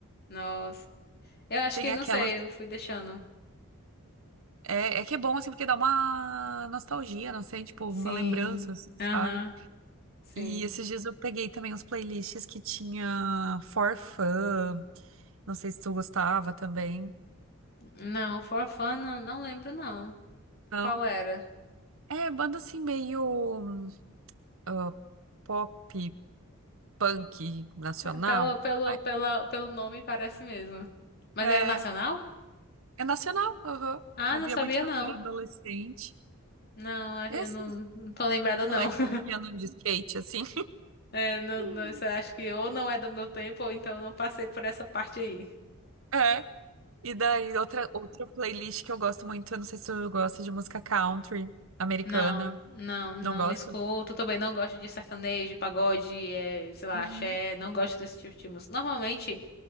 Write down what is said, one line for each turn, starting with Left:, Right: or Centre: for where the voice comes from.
Left: nossa. Eu acho
Right: Tem
Left: que, não
Right: aquela
Left: sei, eu fui deixando.
Right: É, é que é bom, assim, porque dá uma nostalgia, não sei, tipo,
Left: Sim.
Right: uma lembrança, assim, sabe?
Left: Aham. Sim.
Right: E esses dias eu peguei também uns playlists que tinha For Fun, não sei se tu gostava também,
Left: Não, For Fun, não, não lembro não.
Right: não?
Left: Qual era?
Right: É, banda assim meio ah, pop, punk, nacional.
Left: É, Pelo, pelo,
Right: Ai,
Left: pela, pelo nome parece mesmo. Mas
Right: é,
Left: era nacional?
Right: é nacional, aham.
Left: Ah,
Right: Ouvia
Left: não sabia
Right: muito quando
Left: não.
Right: eu era adolescente.
Left: Não, eu
Right: Esses
Left: não, não tô lembrada, não.
Right: moleques
Left: <laughs>
Right: que andam de skate, assim.
Left: É, não,
Right: <laughs>
Left: não, isso eu acho que ou não é do meu tempo, ou então eu não passei por essa parte aí.
Right: é E daí, outra, outra playlist que eu gosto muito, eu não sei se tu gosta de música country americana.
Left: Não, não, não
Right: Não gosta?
Left: escuto. Também não gosto de sertanejo, pagode, é, sei lá,
Right: Uhum.
Left: axé. Não gosto desse tipo de música. Normalmente